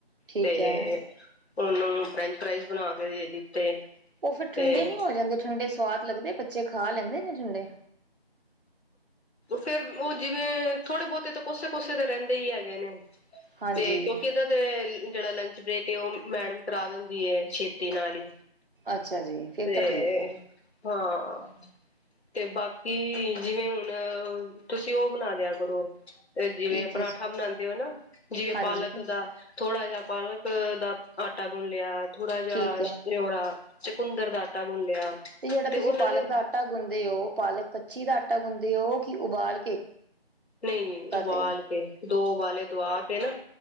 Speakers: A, on the right; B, on the left.
A: ਠੀਕ
B: ਤੇ
A: ਹੈ
B: ਉਹਨੂੰ ਫਰੈਂਚ ਫਰਾਈਜ਼ ਬਣਾ ਕੇ ਦੇ ਦਿੱਤੇ
A: ਉਹ ਫਿਰ ਠੰਡੇ
B: ਤੇ
A: ਨਹੀਂ ਹੋ ਜਾਂਦੇ ਠੰਡੇ ਸਆਦ ਲੱਗਦੇ ਬੱਚੇ ਖਾ ਲੈਂਦੇ ਨੇ ਠੰਡੇ
B: ਫੇਰ ਉਹ ਜਿਵੇਂ ਥੋੜੇ ਬਹੁਤੇ ਤਾਂ ਕੋਸੇ ਕੋਸੇ ਤੇ ਰਹਿੰਦੇ ਹੀ ਹੈਗੇ ਨੇ
A: ਹਾਂਜੀ
B: ਤੇ ਕਿਉਂਕਿ ਇਹਦਾ ਤੇ ਜਿਹੜਾ ਲੰਚ ਬਰੀਕ ਕੇ ਉਹ ਮੈਡਮ ਕਰਾ ਦਿੰਦੀ ਛੇਤੀ ਨਾਲ ਹੀ
A: ਅੱਛਾ ਜੀ ਫਿਰ
B: ਤੇ
A: ਤਾਂ ਠੀਕ ਆ
B: ਹਾਂ ਤੇ ਬਾਕੀ ਜਿਵੇਂ ਹੁਣ ਤੁਸੀਂ ਉਹ ਬਣਾ ਦਿਆ ਕਰੋ ਜਿਵੇਂ
A: ਕੀ ਚੀਜ਼
B: ਪਰਾਂਠਾ ਬਣਾਉਂਦੇ ਹੋ ਨਾ ਜਿਵੇਂ
A: ਹਾਂਜੀ
B: ਪਾਲਕ ਦਾ ਥੋੜ੍ਹਾ ਜਿਅ ਪਾਲਕ ਦਾ ਆਟਾ ਗੁੰਨ ਲਿਆ ਥੋੜਾ ਜਿਹਾ
A: ਠੀਕ ਹੈ
B: ਨੋਓਰਾ ਚ ਕੁੰਦਰ ਦਾ ਆਟਾ ਗੁੰਨ ਲਿਆ
A: ਤੇ ਜਿਹੜਾ ਤੁਸੀਂ
B: ਉਹਨਾਂ
A: ਪਾਲਕ
B: ਦੇ
A: ਦਾ ਆਟਾ ਗੁੰਦੇ ਹੋ ਪਾਲਕ ਕੱਚੀ ਦਾ ਆਟਾ ਗੁੰਦੇ ਹੋ ਕਿ ਉਬਾਲ ਕੇ
B: ਨਹੀਂ ਨਹੀਂ
A: ਕਰਦੇ
B: ਉਬਾਲ
A: ਹੋ
B: ਕੇ ਦੋ ਉਬਾਲੇ ਦਆ ਕੇ ਨਾ